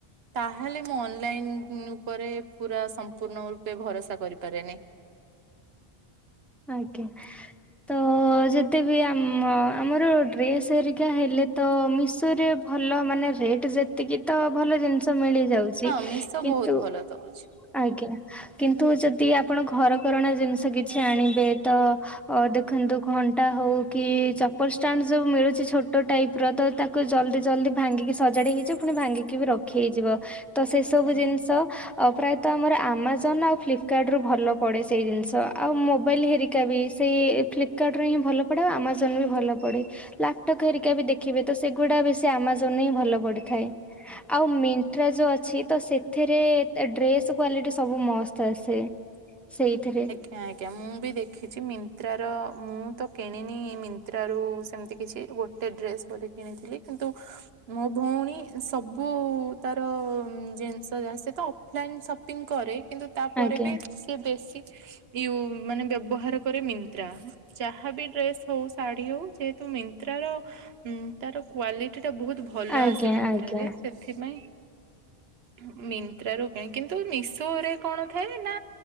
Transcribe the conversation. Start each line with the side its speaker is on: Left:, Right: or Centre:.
Right: ତାହେଲେ ମୁଁ ଅନଲାଇନ ଉପରେ ପୁରା ସମ୍ପୂର୍ଣ୍ଣ ରୂପେ ଭରସା କରିପାରେନି।
Centre: ଆଜ୍ଞା ତ ଯେତେ ବି ଆମ ଆମର ଡ୍ରେସ୍ ହେରିକା ହେଲେ ତ ମିଶୋରେ ଭଲ ମାନେ ରେଟ ଯେତିକି ତ ଭଲ ଜିନିଷ ମିଳିଯାଉ ଛି
Right: ହଁ ମିଶୋ
Centre: କିନ୍ତୁ
Right: ବହୁତ ଭଲ ଦଉଛି
Centre: ଆଜ୍ଞା। କିନ୍ତୁ ଯଦି ଆପଣ ଘରକରଣା ଜିନିଷ କିଛି ଆଣିବେ ତ ଅ ଦେଖନ୍ତୁ ଘଣ୍ଟା ହଉ କି, ଚପଲ ଷ୍ଟାଣ୍ଡ ସବୁ ମିଳୁଛି ଛୋଟ ଟାଇପର ତ ତା କୁ ଜଲ୍ଦି ଜଲ୍ଦି ଭାଙ୍ଗିକି ସଜାଡି ହେଇଯିବ, ପୁଣି ଭାଙ୍ଗିକି ବି ରଖି ହେଇଯିବ। ତ ସେ ସବୁ
Right: ଆଜ୍ଞା
Centre: ଜିନିଷ ଆଉ ପ୍ରାୟତଃ ଆମର ଆମାଜନ ଆଉ ଫ୍ଲିପକାର୍ଟରୁୁ ଭଲ ପଡ଼େ ସେଇ ଜିନିଷ ଆଉ ମୋ ମୋବାଇଲ୍ ହେରିକା ବି ସେଇ ଫ୍ଲିପକାର୍ଟରେ ହିଁ ଭଲ ପଡ଼େ ଆଉ ଆମାଜନ ବି ଭଲ ପଡ଼େ। ଲାପଟପ ହେରିକା ବି ଦେଖିବେ ତ ସେଗୁଡା ବେଶୀ ଆମାଜନରେ ହଁ ଭଲ ପଡିଥାଏ। ଆଉ ମୀନ୍ତ୍ରା ଯୋଉ ଅଛି ତ ସେଥିରେ ତା ଡ୍ରେସ୍ କ୍ଵାଲିଟି ସବୁ ମସ୍ତ ଆସେ। ସେଇଥିରେ।
Right: ଆ ଆଜ୍ଞା ମୁଁ ବି ଦେଖିଛି ମିନ୍ତ୍ରାର, ମୁଁ ତ କିଣିନି ମି ତ୍ରା ରୁ ସେମିତି କିଛି ଗୋଟେ ଡ୍ରେସ୍ ବୋଧେ କିଣିଥିଲି। କିନ୍ତୁ ମୋ ଭଉଣୀ ସବୁ ତାର ଜିନିଷ ଯାହା ସେ ତ ଅଫଲାଇନ୍ ସପିଙ୍ଗ କରେ କିନ୍ତୁ ତାପରେ
Centre: ଆଜ୍ଞା
Right: ବି ସେ ବେଶୀ ୟୁ ମାନେ ବ୍ୟବହାର କରେ ମିନ୍ତ୍ରା। ଯାହା ବିି ଡ୍ରେସ ହଉ ଶାଢୀ ହଉ ଯେହେତୁ ମିନ୍ତ୍ରାର ଉମ ତାର କ୍ଵାଲି ଟି ଟା ବହୁତ ଭଲ
Centre: ଆଜ୍ଞା
Right: ଆସେ ମିନ୍ତ୍ରା
Centre: ଆଜ୍ଞା
Right: ରେ ସେଥିପାଇଁ ମି ମିନ୍ତ୍ରା ରୁ କିଣେ। କିନ୍ତୁ ମିଶୋ ରେ କଣ ଥାଏ ନା